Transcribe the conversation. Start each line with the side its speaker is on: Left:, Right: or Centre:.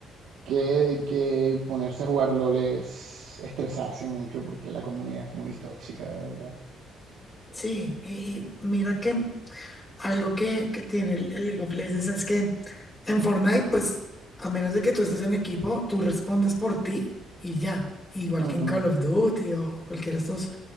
Right: que, que ponerse a jugar LOL es estresarse mucho porque la comunidad es muy tóxica, de verdad.
Left: Sí, y, y mira que algo que, que tiene el, el League of Legends es que en Fortnite, pues a menos de que tú estés en equipo, tú respondes por ti y ya, igual
Right: Ujú,
Left: que en Call of Duty o o cualquiera de estos